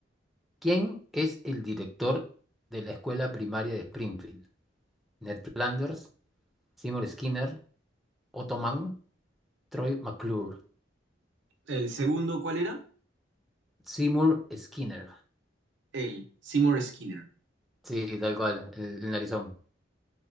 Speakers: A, in the centre; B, on the right (about 80°).
A: ¿Quién es el director de la escuela primaria de Springfield? Ned Flanders, Seymour Skinner, Otto Mann, Troy McClure.
B: El segundo, ¿cuál era?
A: Seymour Skinner.
B: El Seymour Skinner.
A: Sí, tal cual, el, el narizón.